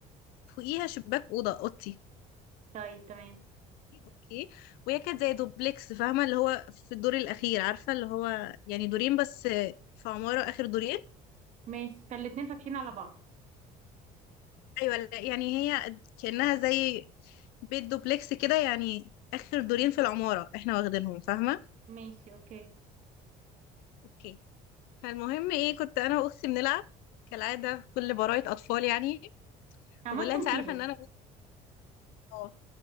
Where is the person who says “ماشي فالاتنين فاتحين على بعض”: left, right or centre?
Right